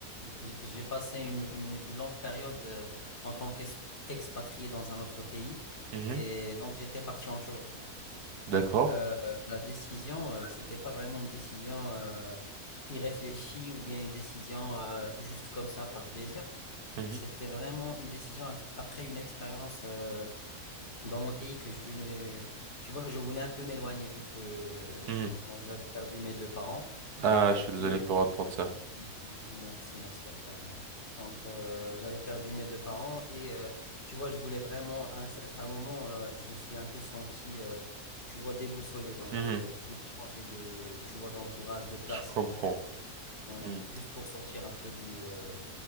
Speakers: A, on the left; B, on the right.
A: J'ai j'ai passé une, une- une longue période euh, en tant qu'expatrié dans un autre pays
B: mhm.
A: et donc j'étais parti en Turquie.
B: D'accord.
A: Euh, la décision, euh, c'était pas vraiment une décision euh, irréfléchie ou bien une décision euh, juste comme ça par plaisir.
B: Mhm,
A: C'était vraiment une décision af- après une expérience euh, dans mon pays que je ne. Tu vois, je voulais un peu m'éloigner vu que
B: mhm.
A: donc j'avais perdu mes deux parents.
B: Ah, je suis désolé
A: et.
B: pour entendre ça.
A: Mm, Merci, merci à toi. Merde. Donc, euh, j'avais perdu mes deux parents et euh, tu vois, je voulais vraiment, à un certain moment, euh, je me suis un peu senti, euh, tu vois, déboussolé. Donc,
B: Mhm,
A: euh, je voulais changer de, tu vois, d'entourage, de place.
B: Je comprends.
A: Ouais,
B: Mhm,
A: juste pour sortir un peu du, euh,